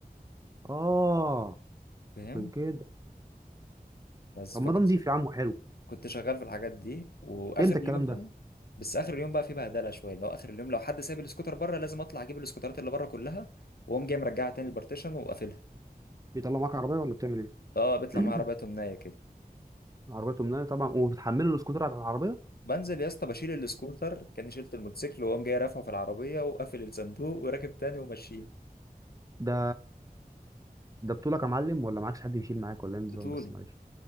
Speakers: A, on the right (about 20°); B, on the left (about 80°).
A: اه
B: فاهم
A: عشان كده
B: بس
A: طب
B: فكنت
A: ما ده نضيف يا عم وحلو
B: كنت شغال في الحاجات دي واخر
A: ليه انت الكلام
B: اليوم بقى
A: ده
B: بس اخر اليوم بقى في بهدله شويه اللي هو اخر اليوم لو حد ساب السكوتر بره لازم اطلع اجيب السكوترات اللي بره كلها واقوم جاي مرجعها تاني البارتيشن وقافلها
A: بيطلع معاك عربيه ولا بتعمل ايه
B: اه بيطلع معايا
A: <clears throat>
B: عربيه نايه كده
A: عربيه تمنيه طبعا وبتحمله السكوتر على العربيه
B: بنزل يا اسطى بشيل السكوتر كاني شلت الموتوسيكل واقوم جاي رافعه في العربيه وقافل الصندوق وراكب تاني وماشيين
A: ده ده بطولك يا معلم ولا معكش حد يشيل معاك ولا ايه النظام
B: بطوله
A: بس معلش